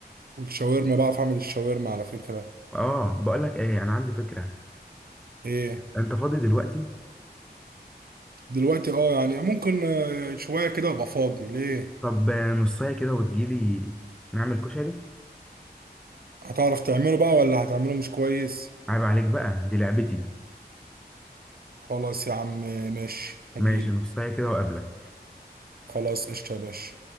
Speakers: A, on the right; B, in the centre.
A: والشاورما بعرف اعمل الشاورما على فكره
B: اه بقول لك ايه انا عندي فكره
A: ايه
B: انت فاضي دلوقتي
A: دلوقتي اه يعني ممكن آه، شويه كده ابقى فاضي ليه
B: طب آه، نصايه كده وتجيلي نعمل كشري
A: هتعرف تعمله بقى ولا هتعمله مش كويس
B: عيب عليك بقى دي لعبتي
A: خلاص يا عم ماشي هجيلك
B: ماشي نصايه كده وقابلك
A: خلاص قشطه يا باشا